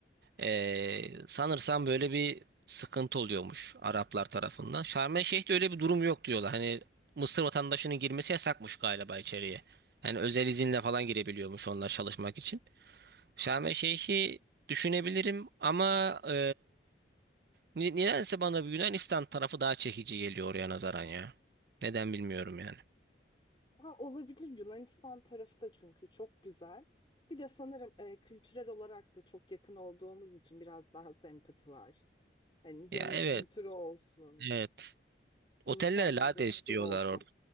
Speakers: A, on the right; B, on the left.
A: ee, sanırsam böyle bir sıkıntı oluyormuş Araplar tarafından. Şarm El Şeyh'te öyle bir durum yok diyorlar. Hani Mısır vatandaşının girmesi yasakmış galiba içeriye. Yani özel izinle falan girebiliyormuş onlar çalışmak için. Şarm El Şeyh'i düşünebilirim ama e, ni- nedense bana bir Yunanistan tarafı daha çekici geliyor oraya nazaran ya. Neden bilmiyorum yani.
B: Ha, olabilir Yunanistan tarafı da çünkü çok güzel. Bir de sanırım e, kültürel olarak da çok yakın olduğumuz için biraz daha sempati var. Hani
A: Ya
B: yemek
A: evet,
B: kültürü olsun,
A: evet.
B: insan
A: Otellere lade
B: davranışları
A: istiyorlar
B: olsun.